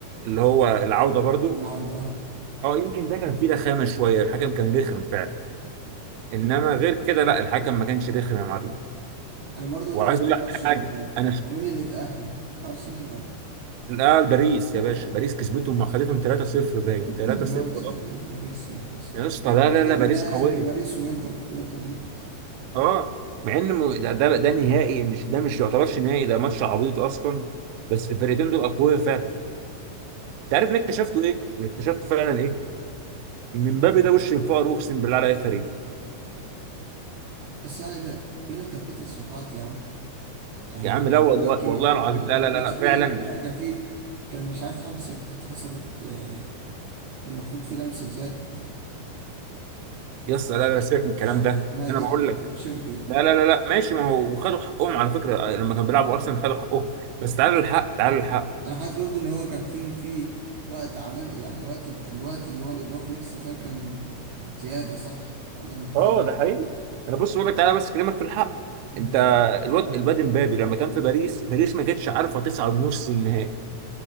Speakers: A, on the right; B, on the right.
A: اللي هو العوده برضو
B: العودة اه
A: اه يمكن ده كان فيه رخامه شويه الحكم كان رخم فعلا انما
B: مم.
A: غير كده لا الحكم ما كانش رخم يا معلم
B: انا برضو ما
A: وعايز
B: شفتش
A: اقول
B: الماتش
A: لك
B: ال-
A: حاجه انا ش-
B: هو مين اللي اتأهل ارسنال ولا
A: لا باريس يا باشا باريس كسبتهم ما خدتهم 3-0 باين
B: <clears throat>
A: 3-0
B: ما انا قلت لك
A: اه
B: يعني باريس هي هتكسب
A: يا اسطى
B: دلوقتي
A: لا لا لا باريس
B: انا
A: قويه
B: هيبقى باريس وانتر وانتر ميلان
A: اه مع ان م- ده ده, ده نهائي مش ده مش يعتبرش نهائي ده ماتش عبيط اصلا بس الفرقتين دول اقوياء فعلا انت عارف ان اكتشفته ايه؟ اكتشفت فعلا ايه؟ ان مبابي ده وش الفقر اقسم بالله على اي فريق
B: بس يعني بقى بيقول لك كان في تصريحات يا عم يعني
A: يا عم
B: كان
A: لا والله
B: بيقول لك ايه
A: والله العظيم
B: ان
A: لا
B: ان
A: لا
B: ما
A: لا
B: كانش
A: لا
B: فيه
A: فعلا
B: يعني كان في كان مش عارف اتحبس اتحسبت آه، كان المفروض في لمسة يد
A: يا اسطى لا لا سيبك من
B: بتاعت
A: الكلام ده
B: اسمها دي
A: انا بقول
B: أتش-
A: لك
B: تشيربي
A: لا لا لا لا ماشي ما هو وخدوا حقهم على فكرة لما كانوا بيلعبوا أرسنال خدوا حقهم بس تعالى للحق تعالى للحق
B: انا حاسس برضو ان هو كان في في وقت عمل يعني وقت الوقت اللي هو الاضافي الاكسترا تايم كان زياده صح ولا انا متهيألي
A: اه ده حقيقي أنا بص بقول لك تعالى بس أكلمك في الحق
B: امم
A: أنت الواد الواد امبابي لما كان في باريس باريس ما كانتش عارفة تصعد نص النهائي